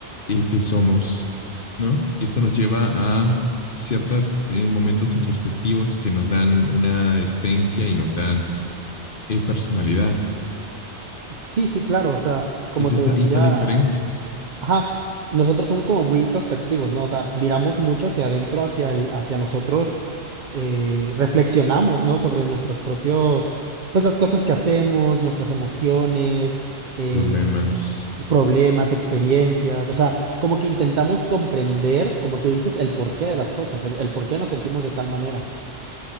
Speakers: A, on the left; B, on the right.
A: el qué somos, ¿no? Y esto nos lleva a ciertos momentos introspectivos que nos dan una esencia y nos dan eh, personalidad.
B: Sí, sí, claro, o sea, como
A: Y se
B: te
A: está,
B: decía,
A: ahí está la diferencia.
B: Ajá, nosotros somos como muy introspectivos, ¿no? O sea, miramos mucho hacia adentro, hacia el- hacia nosotros, eh, reflexionamos, ¿no? Sobre nuestros propios, pues las cosas que hacemos, nuestras emociones, eh,
A: Problemas
B: problemas, experiencias, o sea, como que intentamos comprender, como tú dices, el porqué de las cosas, el, el por qué nos sentimos de tal manera.